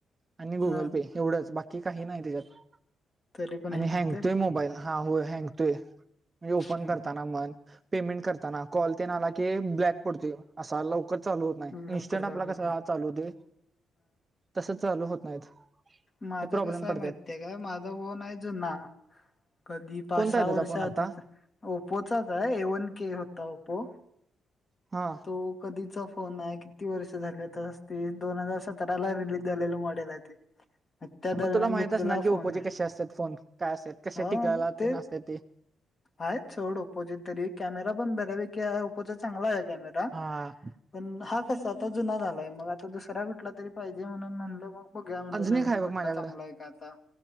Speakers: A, on the right; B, on the left.
A: आणि गुगल
B: हा
A: पे एवढंच बाकी काही नाही त्याच्यात
B: तरी पण
A: आणि हँग
B: होतंय
A: तोय मोबाईल हा हो हँगतोय म्हणजे ओपन
B: हम्म
A: करताना म्हन पेमेंट करताना कॉल तेन आला की ब्लॅक पडते असा लव कर चालू होत नाही
B: हम्म लवकर
A: इन्स्टंट आपला
B: जागत
A: कसा
B: नाही
A: ह चालू होतोय तसं चालू होत नाहीत.
B: माझं
A: हे प्रॉब्लेम
B: कस आहे
A: पडतात
B: माहित आहे काय माझा फोन आहे जुना कधी पाच
A: कोणता
B: सहा
A: आहे तुझा
B: वर्षा
A: फोन आता
B: आधीचा ओपोचाच आहे ए वन के होता ओपो
A: हा
B: तो कधीचा फोन आहे किती वर्ष झाले आता ते दोन हजार सतराला रिलीज झालेलं मॉडेल आहे ते, <inaudible> त्या दरम्यान
A: मग तुला माहित
B: घेतलेला
A: असणार की ओप्पोचे
B: फोन आहे
A: कसे असतात फोन काय असतात कसे
B: हा
A: टिकायला
B: न तेच
A: तेन असतात ते
B: आहे सोड ओपोचे तरी कॅमेरा पण बऱ्यापैकी ओपोचा चांगला आहे कॅमेरा
A: हा-
B: पण हा कसा आता जुना झालाय मग आता दुसरा कुठला तरी पाहिजे म्हणून म्हणलं मग बघूया म्हणलं
A: अजून
B: नवीन
A: एक आहे बघ
B: कुठला
A: माझ्याकडं
B: चांगला आहे का आता